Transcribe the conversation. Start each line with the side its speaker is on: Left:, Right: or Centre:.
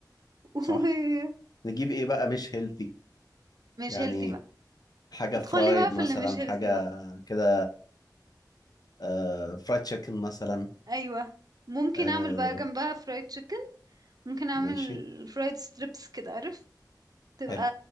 Right: <laughs> ومش
Left: صح نجيب ايه بقى مش هيلثي يعني
Right: هيلثي بقى
Left: حاجة
Right: ادخلي
Left: فرايد
Right: بقى في
Left: مثلا
Right: اللي مش
Left: حاجة
Right: هيلثي بقى
Left: كده آه فرايد تشيكن مثلا
Right: ايوه ممكن
Left: آه
Right: اعمل بقى جنبها فرايد تشيكن ممكن اعمل
Left: ماشي
Right: فرايد ستريبس كده عارف تبقى
Left: حلو